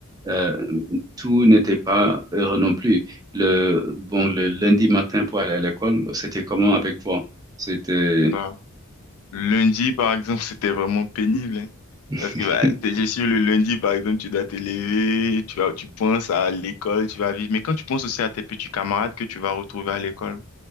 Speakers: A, on the right; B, on the left.
A: euh, tout n'était pas heureux non plus. Le bon, le lundi matin pour aller à l'école, c'était comment avec toi? C'était
B: Bah, Lundi, par exemple, <laughs> c'était vraiment pénible, hein.
A: <laughs>
B: Parce que bah, t'es- je suis le lundi, par exemple, tu dois te lever, tu vas, tu penses à l'école, tu vas vivre. Mais quand tu penses aussi à tes petits camarades que tu vas retrouver à l'école,